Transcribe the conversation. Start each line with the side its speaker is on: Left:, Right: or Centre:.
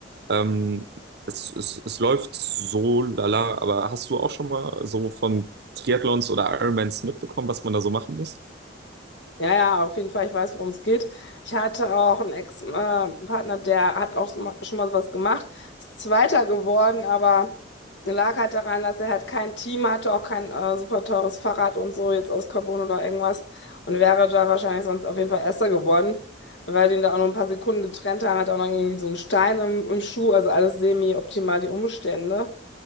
Right: Ähm, es, es, es läuft so lala, aber hast du auch schon mal so von Triathlons oder Ironmans mitbekommen, was man da so machen muss?
Left: Ja, ja, auf jeden Fall, ich weiß, worum es geht. Ich hatte auch einen Ex-Partner, der hat auch schon mal schon mal sowas gemacht, ist Zweiter geworden, aber lag halt daran, dass er halt kein Team hatte, auch kein äh, super teures Fahrrad und so, jetzt aus Carbon oder irgendwas und wäre da wahrscheinlich sonst auf jeden Fall Erster geworden, weil den da auch nur ein paar Sekunden getrennt haben, hat auch noch irgendwie so einen Stein im, im Schuh, also alles semi-optimal die Umstände.